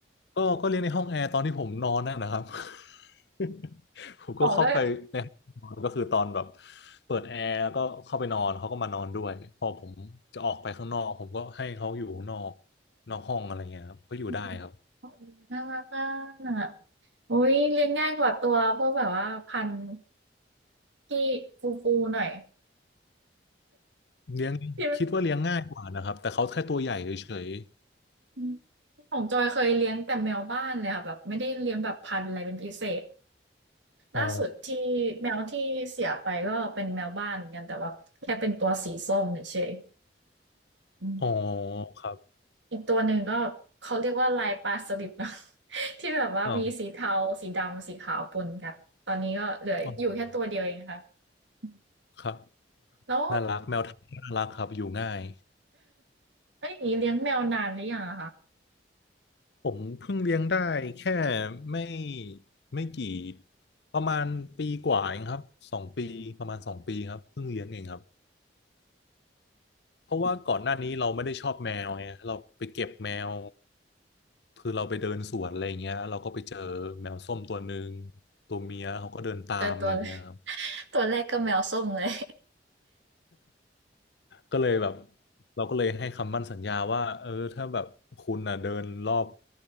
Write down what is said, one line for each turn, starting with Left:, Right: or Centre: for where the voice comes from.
Left: ก็ก็เรียนในห้องแอร์ตอนที่ผมนอนนั่นนะครับ <laughs> ผมก็เข้าไปในห้องนอนก็คือตอนแบบ
Right: มอกก็
Left: เปิดแอร์แล้วก็เข้าไปนอนเขาก็มานอนด้วยพอผมจะออกไปข้างนอกผมก็ให้เขาอยู่ข้างนอกนอกห้องอะไรเงี้ยครับก็อยู่ได้ครับ
Right: อืมโอ้โฮน่ารักอะอุ๊ยเลี้ยงง่ายกว่าตัวพวกแบบว่าพันธุ์ที่ฟูๆหน่อย
Left: เลี้ยงคิดว่าเลี้ยงง่ายกว่านะครับแต่เขาแค่ตัวใหญ่เฉย
Right: ที่อืมของจอยเคยเลี้ยงแต่แมวบ้านเลยค่ะแบบไม่ได้เลี้ยงแบบพันธุ์อะไรเป็นพิเศษ
Left: ๆอ๋อ
Right: ล่าสุดที่แมวที่เสียไปก็เป็นแมวบ้านเหมือนกันแต่แบบแค่เป็นตัวสีส้มเฉยๆอืม
Left: อ๋อครับ
Right: อีกตัวหนึ่งก็เขาเรียกว่าลายปลาสลิดนะ <laughs> ที่แบบว่ามีสีเทาสีดำสีขาวปนกันตอนนี้ก็เหลืออยู่แค่ตัวเดียวเองค่ะ
Left: อ๋ออ๋อ
Right: อืม
Left: ครับ
Right: แล้ว
Left: น่ารักแมวไทยน่ารักครับอยู่ง่าย
Right: เอ้ยอย่างนี้เลี้ยงแมวนานหรือยังอะคะ
Left: ผมเพิ่งเลี้ยงได้แค่ไม่ไม่กี่ประมาณปีกว่าเองครับสองปีประมาณสองปีครับเพิ่งเลี้ยงเองครับเพราะว่าก่อนหน้านี้เราไม่ได้ชอบแมวไงเราไปเก็บแมวคือเราไปเดินสวนอะไรเงี้ยเราก็ไปเจอแมวส้มตัวหนึ่งตัวเมียเขาก็เดินตามอะไรเงี้ยครับ
Right: แต่ตัว <laughs> ตัวแรกก็แมวส้มเลย
Left: ก็เลยแบบเราก็เลยให้คำมั่นสัญญาว่าเออถ้าแบบคุณอ่ะเดินรอบ